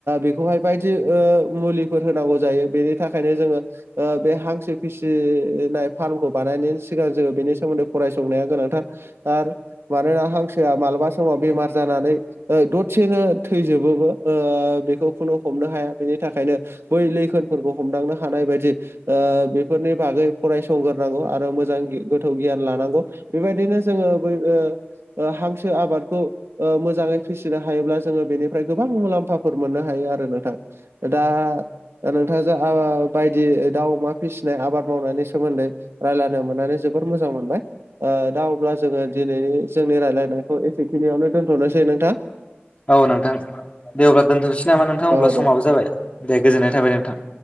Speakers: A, on the right (about 80°); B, on the left (about 30°).
A: बेखौहाय बायदि मुलिफोर होनांगौ जायो बेनि थाखायनो जोङो बे हांसो फिसिनाय फार्मखौ बानायनायनि सिगां जोङो बेनि सोमोन्दै फरायसंनाया गोनांथार। आरो मानोना हांसोआ मालाबा समाव बेमार जानानै दसेनो थैजोबोबो बेखौ खुनु हमनो हाया बेनि थाखायनो बै लैखोनफोरखौ हमदांनो हानाय बायदि बेफोरनि बागै फरायसंगोरोनांगौ आरो मोजां गोथौ गियान लानांगौ। बेबायदिनो जोङो बै ओ ओ हांसो आबादखौ मोजाङै फिसिनो हायोब्ला जोङो बेनिफ्राय गोबां मुलाम्फाफोर मोननो हायो आरो नोंथां। दा नोंथाङा जा बायदि दाउ अमा फिसिनाय आबाद मावनायनि सोमोन्दै रायज्लायनो मोननानै जोबद मोजां मोनबाय। ओ दा अब्ला जोङो दिनै जोंनि रायलायनायखौ एसेखिनियावनो दोनथ'नोसै नोंथां
B: औ नोंथां दे अब्ला दोनथ'नोसै नामा नोंथां
A: औ
B: अब्ला
A: दे
B: समाबो जाबाय दे गोजोननाय थाबाय नोंथां।